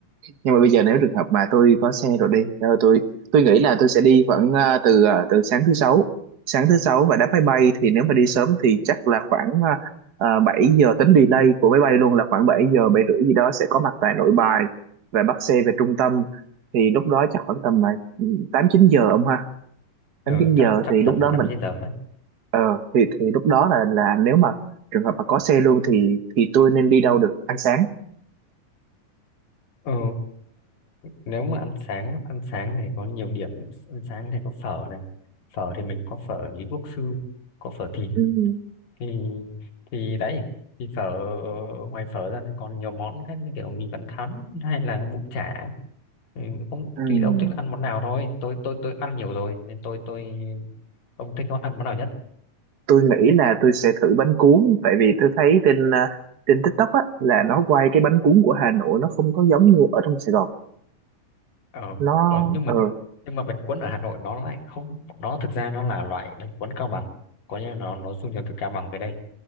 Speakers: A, on the right; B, on the left.
A: Nhưng mà bây giờ nếu trường hợp mà tôi có xe rồi đi, rồi tôi tôi nghĩ là tôi sẽ đi khoảng à, từ à, từ sáng thứ sáu, sáng thứ sáu và đáp máy bay thì nếu mà đi sớm thì chắc là khoảng uh, 7 giờ tính delay của máy bay luôn là khoảng 7 giờ 7 rưỡi gì đó sẽ có mặt tại Nội Bài và bắt xe về trung tâm thì lúc đó chắc khoảng tầm là ừ, 8 9 giờ ông ha.
B: ừ,
A: tám 9 giờ
B: chắc chắc
A: thì lúc
B: tầm
A: đó
B: tám
A: mình
B: chín giờ đấy
A: Ờ, thì thì lúc đó là là nếu mà trường hợp mà có xe luôn thì thì tôi nên đi đâu được ăn sáng?
B: ừ, nếu mà ăn sáng á, ăn sáng này có nhiều điểm ăn sáng này có phở này phở thì mình có phở Lý Quốc Sư có phở Thìn
A: Ừ.
B: thì thì đấy thì phở ngoài phở ra thì còn nhiều món khác như kiểu mì Vạn Thắn hay là bún chả ừ, ông
A: Ừ,
B: tùy là
A: Ừ.
B: ông thích ăn món nào thôi tôi tôi tôi ăn nhiều rồi nên tôi tôi ông thích ăn món nào nhất
A: tôi nghĩ là tôi sẽ thử bánh cuốn tại vì tôi thấy trên à, trên TikTok á là nó quay cái bánh cuốn của Hà Nội nó không có giống như ở trong Sài Gòn.
B: ờ,
A: Nó
B: ờ nhưng mà
A: ờ
B: nhưng mà bánh cuốn ở Hà Nội nó lại không nó thực ra nó là loại bánh cuốn Cao Bằng có nghĩa là nó nó du nhập từ Cao Bằng về đây